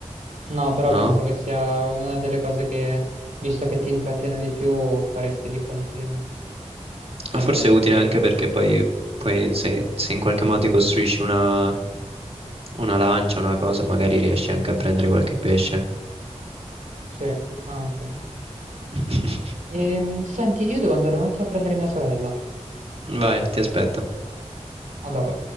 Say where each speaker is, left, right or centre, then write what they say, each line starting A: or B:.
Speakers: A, on the right (about 80°); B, on the right (about 50°).
A: no, però
B: no?
A: penso che sia una delle cose che, visto che ti intrattiene di più, faresti di continuo. Almeno
B: Forse è utile
A: credo.
B: anche perché poi, poi se, se in qualche modo ti costruisci una, una lancia, una cosa, magari riesci
A: Mm.
B: anche a prendere qualche pesce.
A: Sì, anche.
B: <laughs>
A: Ehm, senti, io devo andare un attimo a prendere mia sorella.
B: Vai, ti aspetto.
A: A dopo.